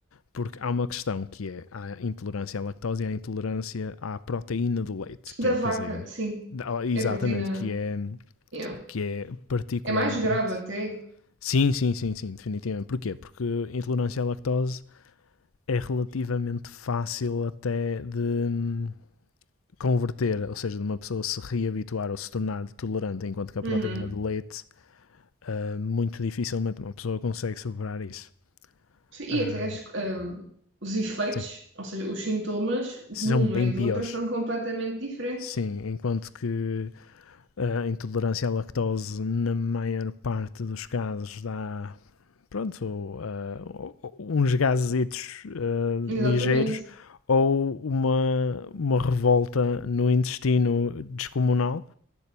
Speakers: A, on the left; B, on the right.
A: Porque há uma questão que é a intolerância à lactose e a intolerância à proteína do leite,
B: Da
A: que é a
B: vaca,
A: caseína.
B: sim.
A: Ah, Exatamente,
B: É proteína.
A: que é,
B: yeah.
A: que é particularmente
B: É mais grave até.
A: Sim, sim, sim, sim, definitivamente. Porquê? Porque intolerância à lactose é relativamente fácil até de hum, converter, ou seja, de uma pessoa se reabituar ou se tornar tolerante, enquanto que a
B: Uhum.
A: proteína do leite, ah, muito dificilmente uma pessoa consegue superar isso.
B: Sim,
A: Ah,
B: E até as- ah, os efeitos,
A: sim,
B: ou seja, os sintomas de
A: são
B: uma
A: bem
B: e
A: piores.
B: do outra são completamente diferentes.
A: Sim, enquanto que hum, a intolerância à lactose, na maior parte dos casos, dá pronto, ou, ah, uns gazetos ah,
B: Exatamente,
A: ligeiros ou uma, uma revolta no intestino descomunal,